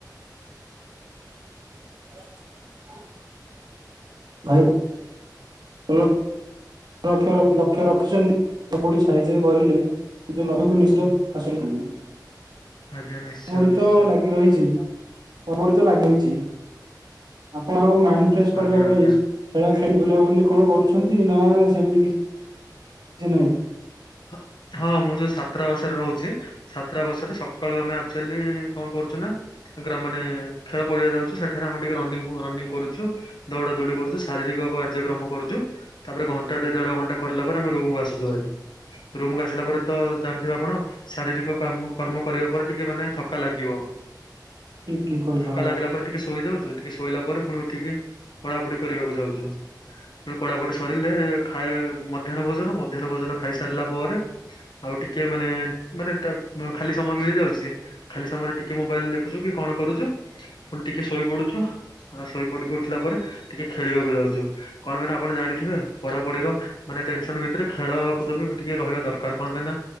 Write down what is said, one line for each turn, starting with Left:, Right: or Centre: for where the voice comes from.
Right: <inaudible> ଭାଇ ଲ ରକ୍ଷ ରଖ, ଲକ୍ଷ ରଖିଛନ୍ତି ବା କୋଉଟି ସାଇଜରେ କରିଲେ ନିଜ ଲବେକୁ ନିିସ୍ତ ହାସଲ କରିବେ।
Left: ଆଜ୍ଞା ନିଶ୍ଚୟ
Right: ବଡି
Left: ନିଶ୍ଚୟ।
Right: ତ ଲାଗି ରହିଛି। ପ-ବଡି ତ ଲାଗିରହିଛି ଆପଣ ଆଉ ମାଇଣ୍ଡ ଫ୍ରେଶ୍ କରିବା
Left: ଆଜ୍ଞା
Right: ପାଇଁ
Left: ଆଜ୍ଞା।
Right: ଖେଳ ଖେ ସେ ବୁଲାବୁଲି କଣ କରୁଛନ୍ତି ନା ସେମିତି କିଛି ନାହିଁ?
Left: ହଁ, ହଁ, ମୁଁ ଯୋଉ ଛାତ୍ରାବାସରେ ରହୁଛି। ଛାତ୍ରାବାସରେ ସକାଳୁ ଆମେ ଆକ୍ଚୁଲି କଣ କ କରୁଚୁ ନା ଗ୍ରା ମାନେ ଖେଳ ପଡିଆ ଯାଉଛୁ ସେଠାରେ ଆମେ ଟିକେ ରନିଙ୍ଗ ହୋ ରନିଙ୍ଗ କରୁଛୁ। ଦୌଡା ଦୌଡ଼ି କରୁଚୁ। ଶାରୀରିକ କାର୍ଯ୍ୟକ୍ରମ କରୁଚୁ। ତାପରେ ଘଣ୍ଟା ଟେ ଦେଢ ଘଣ୍ଟା କରିଲା ପରେ ଆମେ ରୁମ୍ କୁ ଆସ ଆସୁ ଭାରି। ରୁମ୍ କୁ ଆସିଲା ପରେ ତ ଜାଣିଥିବେ ଆପଣ ଶାରୀରିକ କାମ କର୍ମ କରିବା ପରେ ଟିକେ ମାନେ ଥକା ଲାଗିବ।
Right: ଠିକ ଠିକ କହିଲ
Left: ଓ ଥକା
Right: ହଁ।
Left: ଲାଗିଲା ପରେ ଟିକେ ଶୋଇଯାଉ ଯେ ଟିକେ ଶୋଇଲା ପରେ ପୁଣି ଉଠିକି ପଢାପଢି କରିବାକୁ ଯାଉଚୁ। ପୁଣି ପଢାପଢି ସରିଲେ ଖାଏ ମଧ୍ୟାହ୍ନ ଭୋଜନ। ମଧ୍ୟାହ୍ନ ଭୋଜନ ଖାଇସାରିଲା ପରେ ଆଉ ଟିକେ ମାନେ ମାନେ ଟା ଅଁ, ଖାଲି ସମୟ ମିଳିଯାଉ ଚି, ଖାଲି ସମୟରେ ଟିକେ ମୋବାଇଲ୍ ଦେଖୁଚୁ କି କଣ କରୁଚୁ। ପୁଣି ଟିକେ ଶୋଇ ପଡୁଛୁ। ଆ, ଶୋଇପଡିକି ଉଠିଲା ପରେ ଟିକେ ଖେଳିବାକୁ ଯାଉଚୁ। କଣ ପାଇଁ ନା ଆପଣ ଜାଣିଥିବେ ପଢାପଢିର ମାନେ ଏ ଟେନସନ ଭିତରେ ଖେଳ କୁଦ ବି ଟିକେ ରହିବା ଦରକାର କଣ ପାଇଁ ନା